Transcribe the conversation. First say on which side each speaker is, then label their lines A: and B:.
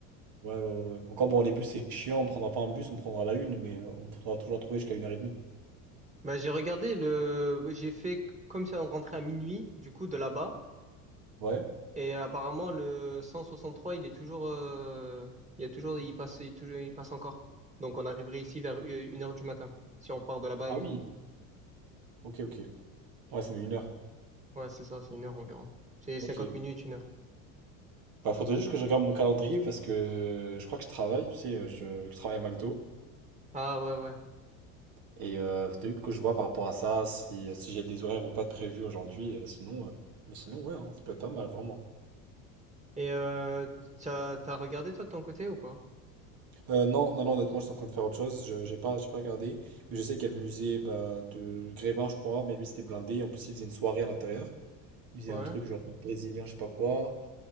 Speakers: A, on the right; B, on the right.
A: Ouais, ouais, ouais. Encore bon, les bus, c'est chiant, on prendra pas un bus, on prendra la une, mais euh, on pourra toujours la trouver jusqu'à une heure et demie.
B: Bah, j'ai regardé le. J'ai fait comme si on rentrait à minuit, du coup, de là-bas.
A: Ouais.
B: Et apparemment, le 163, il est toujours. euh, Il y a toujours. Il passe, il, toujours... il passe encore. Donc, on arriverait ici vers euh, une heure du matin, si on part de là-bas
A: Ah
B: à minuit.
A: oui. Ok, ok. Ouais, ça met une heure.
B: Ouais, c'est ça, c'est une heure environ. C'est
A: Ok.
B: 50 minutes, une heure.
A: Bah, faudrait juste que je regarde mon calendrier parce que euh, je crois que je travaille, tu sais, euh, je, je travaille à McDo.
B: Ah, ouais, ouais.
A: Et euh, faudrait que je vois par rapport à ça si, si j'ai des horaires ou pas de prévus aujourd'hui. euh, sinon, euh, mais sinon, ouais, hein, ça peut être pas mal, vraiment.
B: Et euh, t'as, t'as regardé toi de ton côté ou pas?
A: Euh, non, non, non, honnêtement, je suis en train de faire autre chose. Je, j'ai pas, j'ai pas regardé. Mais je sais qu'il y a le musée bah, de Grévin, je crois. Mais lui, c'était blindé. En plus, il faisait une soirée à l'intérieur. Il faisait
B: Ouais,
A: un truc genre brésilien, je sais pas quoi.